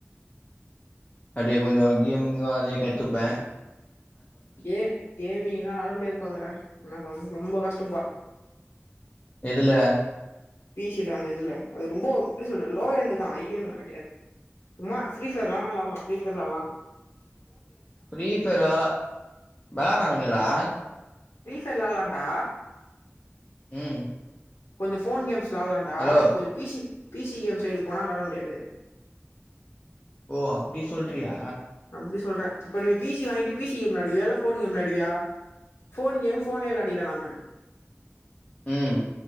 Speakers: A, on the left; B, on the left.
A: அப்பிடியே கொஞ்சம் கேமிங்கும் அதயே கத்துப்ப
B: ஏ ஏமி நா வாரமுடியாது பாக்குற எனக்கு ரொ ரொம்ப கஷ்டம்ப்பா
A: எதுல
B: பி சி ல அந்த இதுல அது ரொம்போ எப்டி சொல்றது லோ எண்ட் தா ஹை எண்ட்லா கடையாது, சும்மா ஃப்ரி ஃபயர்லா விளாட்லா ஃப்ரி ஃபயர் விளாட்லா
A: ஃப்ரீஃபயரா விளாட்றானுங்களேடா
B: ஃபிரீ ஃபயர் விளாட்லாண்டா
A: ம்
B: கொஞ்சோ ஃபோன் கேம்ஸ் விளாட்லாண்டா
A: ஹலோ
B: கொஞ்சோ P C P C game side போனா விளாட முடியாது
A: ஓ அப்டி சொல்றியா
B: அப்டி சொல்ற இப்ப நீ பி சி வாங்கிட்டு பி சி கேம் வெளையாடுவியா இல்ல ஃபோன் கேம் வெளையாடுவியா ஃபோன் கேம் ஃபோன்லே வெளயாடிக்லா நம்ம
A: ம்